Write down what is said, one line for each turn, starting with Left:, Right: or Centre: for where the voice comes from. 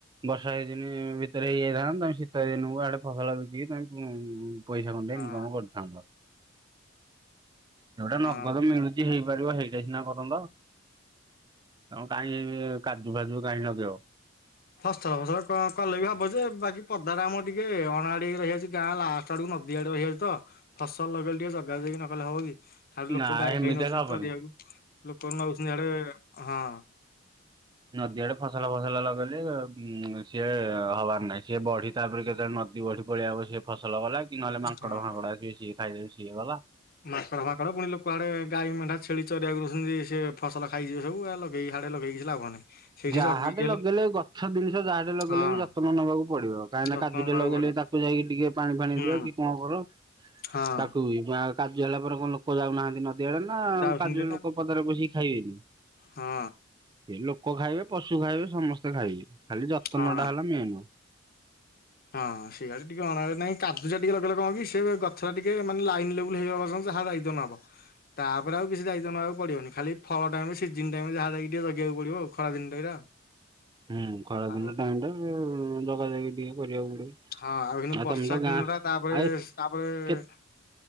Right: ବର୍ଷା ହେଇନି ଭିତରେ ହେଇଯାଇଥାନ୍ତା ତମେ ଶୀତ ଦିନକୁ ଆଡେ ଫସଲ ବିକି ତମେ ପଇସା ଖଣ୍ଡେ
Left: ହଁ
Right: ଇନକମ କରିଥାନ୍ତ। ଯୋଉଟା
Left: ହଁ।
Right: ନଗଦ ମିଳୁଛି ହେଇପାରିବ ସେଇଟା ସିନା କରନ୍ତ। କାହିଁ କାଜୁ ଫାଜୁ କାହିଁ ଲଗେଇବ।
Left: ଫସଲ ଫସଲ କ କଲେ ବି ହବଯେ ବାକି ପଦାରେ ଆମର ଟିକେ ଅଣଆଡିଆକି ରହିଯାଉଛି ଗାଁ ଲାଷ୍ଟ ଆଡକୁ ନଦୀ ଆଡେ ରହିଯାଇଛି। ତ ଫସଲ ଲଗେଇଲେ ଟିକେ ଜଗା ଯାଇକି ନ କଲେ ହବ କି। ହାଡେ
Right: ନା
Left: ଲୋକ ଗାଈ
Right: ହେମିତି
Left: ଫାଇ ନଉଛନ୍ତିତ
Right: ହେଲେ ହବନି
Left: ଅବିକା ଲୋକ ନେଉଛନ୍ତି ଆଡେ ହଁ।
Right: ନଦୀଆଡେ ଫସଲ ଫସଲ ଲଗେଇଲେ ଉ ସିଏ ହବାର ନାହିଁ। ସିଏ ବଢି ତାପରେ କେତେବେଳେ ନ ନଦୀ ବଡି ପଳେଇ ଆସିବ ସିଏ ଫସଲ ଗଲା କି ନହେଲେ ମାଙ୍କଡ
Left: ହଁ।
Right: ଫାଙ୍କଡ ଆସିବ ସିଏ ଖାଇଦେଲେ ସିଏ ଗଲା।
Left: ମାଙ୍କଡ ଫାଙ୍କଡ ପୁଣି ଲୋକ ଆଡେ ଗାଈ ମେଣ୍ଢା ଛଳି ଚରିବାକୁ ରହୁଛନ୍ତି ସେ ଫସଲ ଖାଇଯିବେ ସବୁ ଏ ହାଡେ ଲଗେଇକି କିଛି ଲାଭ ନାହିଁ। ସେଇଠି
Right: ଯାହାଟେ
Left: ଜଗିକି ହେଲେ
Right: ଲଗେଇଲେ ଗଛ ଜିନିଷ ଯାହାଟେ ଲଗେଇଲେ
Left: ହଁ
Right: ବି ଯତ୍ନ ନବାକୁ ପଡିବ କାହିଁକି
Left: ଯତ୍ନ
Right: ନା କାଜୁ ଟେ
Left: ନବାକୁ
Right: ଲଗେଇଲେ
Left: ପଡିବ
Right: ବି ତା ତାକୁ ଯାଇକି ଟିକେ ପାଣି ଫାଣି
Left: ହୁଁ
Right: ଦିଅ କି କଣ କର
Left: ହଁ
Right: ତାକୁବି ମା କାର୍ଯ୍ୟ ହେଲା ପରେ କଣ ଲୋକ ଯାଉନାହାନ୍ତି ନ ଦେହେନା
Left: ଯାଉଛନ୍ତି
Right: କାଜୁ
Left: ନା
Right: ଲୋକ ପଦାରେ ପସିକି ଖାଇବେନି
Left: ହଁ
Right: ସେ ଲୋ ପୋକ ଖାଇବେ ପଶୁ ଖାଇବେ ସମସ୍ତେ ଖାଇବେ ଖାଲି ଯତ୍ନଟା
Left: ହଁ।
Right: ହେଲା ମେନ୍।
Left: ହଁ ସେଇଆଡେ ଟିକେ ଅଣ ନାଇଁ କାଜୁ ଟିକେ ଲଗେଇଲେ କଣ କି ସେ ଗଛ ଟିକେ ମାନେ ଲାଇନ ଲେବୁଲୁ ହେଇଯିବା ପର୍ଯନ୍ତ ଯାହା ଯାଇ <inaudible> ତାପରେ ଆଉ କିଛି ଦାୟିତ୍ୱ ନବାକୁ ପଡିବନି, ଖାଲି ଫଳ ଟାଇମ୍ ରେ ସିିଜେନ ଟାଇମ୍ ରେ ଯାହା ଯାଇକି ଟିକେ ଜଗିବାକୁ ପଡିବ ଆଉ। ଖରା ଦିନ ଟାଇମ୍ ରେ ଆଉ।
Right: ହୁଁ ଖରାଦିନ
Left: ଆଉ
Right: ଟାଇମ୍ ରେ ଜଗାଜଗି ଟିକେ କରିବାକୁ ପଡିବ।
Left: ହଁ ଆଉ ଏଉନୁ ବର୍ଷା
Right: ତମେ ତ ଗାଁ
Left: ଦିନ ଟା ତାପରେ,
Right: ଆଉ
Left: ତାପରେ
Right: କେ